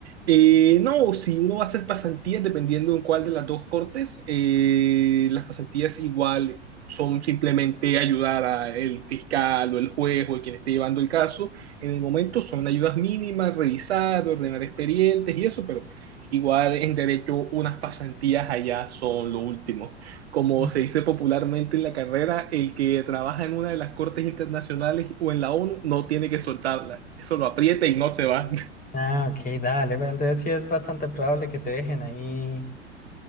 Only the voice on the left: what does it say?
Mm.
Ah, ok, dale, pero entonces sí es bastante probable que te dejen ahí